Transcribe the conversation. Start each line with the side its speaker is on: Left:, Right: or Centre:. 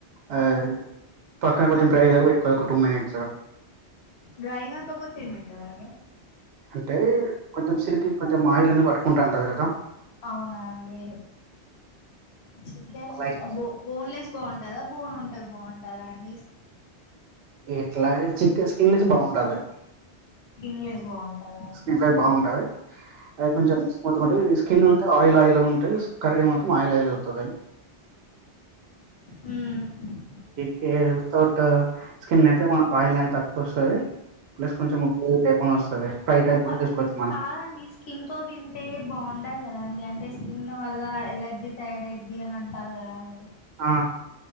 Right: ఆ పక్కన కొంచెం డ్రై అయేదాకా పెట్టుకోవాలి ఒక టూ మినిట్స్
Left: డ్రై కాకపోతే ఏమైంతదండి
Right: అంటే కొంచెం సిలికి కొంచెం ఆయిల్ అనేది పట్టుకుంటాంటది కదా
Left: అవునా అండి చికెన్
Right: లైక్
Left: బో బోన్ లెస్ బావుంటద బోన్ ఉంటది అది బావుంటద అండి
Right: ఎట్లా చిక్ స్కిన్ లెసే బావుంటాది
Left: స్కిన్లెస్ బాగుంటదా
Right: స్కిన్ లెస్ బావుంటాది అది కొంచెం స్మూత్ గా ఉంటే స్కిన్ ఉంటే ఆయిల్ ఆయిల్ గా ఉంటే కర్రీ మొత్తం ఆయిల్ ఆయిల్ అవుతాది
Left: ఉమ్
Right: కే వితౌట్ స్కిన్ అయితే మనకు ఆయిల్ అనేది తక్కువ వస్తాది ప్లస్ కొంచెం ఉక్కు టైపు అని వస్తాది ఫ్రై టైపు కూడా
Left: కా
Right: చేసుకోవచ్చు మనం
Left: కాదండి స్కిన్ తో తింటే బావుండకదండి అంటే స్కిన్ వల్ల ఎలేర్జీ తయారయిద్ది అని అంటారు కదా అండి
Right: ఆ